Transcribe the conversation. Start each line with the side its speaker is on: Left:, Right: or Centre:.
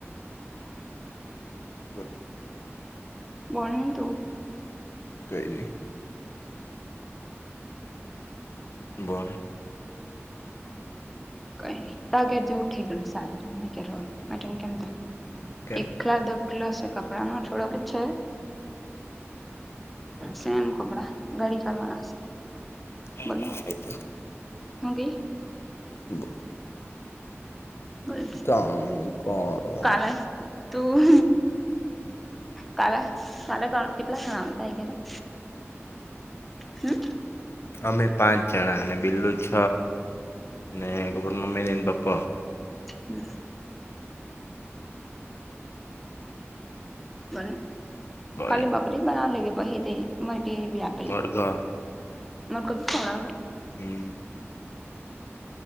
Left: ગુડ
Centre: બોલની તુ
Left: ગએલી બોલ
Centre: કઈ નઈ તો અગર જેવું ઉઠી ગયલું સાજરય કેમ એક- -
Left: કેમ
Centre: આખલા ઢગલો કપડાનો થોડોક છે. સેમ કપડા. ગડી કરવાના છે.
Left: હા
Centre: બોલની
Left: એ તો
Centre: હું કે?
Left: <inaudible>
Centre: બોલ
Left: કરવાનું-
Centre: કાલે
Left: -
Centre: તું કા કાલા કેટલા જણા આવવાના તારી ધરૅ હમ.
Left: અમે પાંચ જણા અને બિલ્લું છ ને એક ઉપર મમ્મી ને પપ્પા
Centre: હમ. બ
Left: બોલ
Centre: ખાલી બકરી જ બનાવ લ કેે પ હ તે મરકી બી- -
Left: મરઘા-
Centre: મર કો <unintelligible>
Left: હમ.